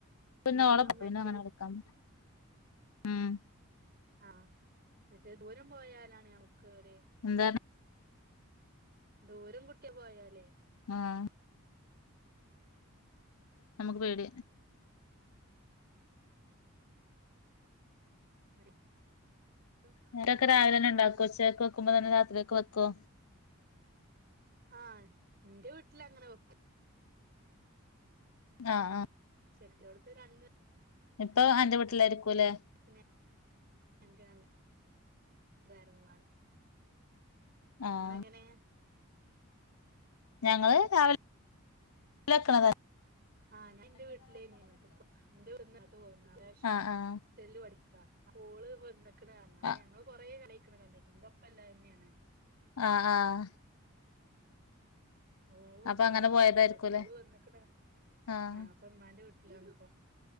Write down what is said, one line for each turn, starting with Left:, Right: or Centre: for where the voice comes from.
Left: പിന്നെ
Right: ന്നാലും
Left: ഓളെ
Right: മറ്റേ
Left: പിന്നെ അങ്ങനെ കളിക്കാൻ ഉം
Right: ആഹ് മറ്റേ ദൂരം പോയാലാണ് നമുക്കൊരു
Left: എന്താണ്
Right: ദൂരം കുട്ടി പോയാലേ
Left: ആഹ് നമുക്ക് പേടിയാ
Right: <inaudible>
Left: ഇങ്ങളൊക്കെ രാവില തന്നെ ഉണ്ടാക്കോ ഉച്ചക്കെക്ക് വെക്കുംമ്പന്നെ രാത്രികക്ക് വെക്കോ
Right: ആഹ് ന്റെ വീട്ടിൽ അങ്ങനെ വെക്കും
Left: ആഹ് ആഹ്
Right: <unintelligible>
Left: ഇപ്പൊ അന്റെ വീട്ടിലായിരിക്കൂല്ലേ
Right: പിന്നെ <unintelligible> ഉദാഹരവുമാണ്.
Left: ആഹ്
Right: ഇങ്ങളെങ്ങനെ?
Left: ഞങ്ങള് രാവിലെക്ക <unintelligible> ണതാണ്.
Right: ആഹ്. ഞാ ഇന്റെ വീട്ടിലേയ്നി. ഇന്നട്ട്പ്പൊ എന്റെ വീട്ട്ന്ന് ഇങ്ങട്ട് പോന്ന്.
Left: ആഹ് ആഹ്
Right: സെല്ല് പഠിക്ക. അപ്പ ഓള് വന്ന്ക്കണ് പറഞ്ഞു. അപ്പൊ
Left: ആഹ്
Right: ഞങ്ങള് കൊറേ കാലായ്ക്കണ് കണ്ടിട്ട്. ഇന്റെ ഒപ്പള്ളതന്നെയാണ്.
Left: ആഹ് ആഹ്.
Right: ഓള് ഹോസ്റ്റല്ന്ന്
Left: അപ്പൊ അങ്ങനെ പോയതായിരിക്കുംല്ലേ
Right: പഠിക്ക. അപ്പൊ ഓള് വന്നിക്ണ് അറ്ന്ന്.
Left: ആഹ്
Right: ആ. അപ്പ ഉമ്മാന്റെ വീട്ടിലാണ്പ്പൊ.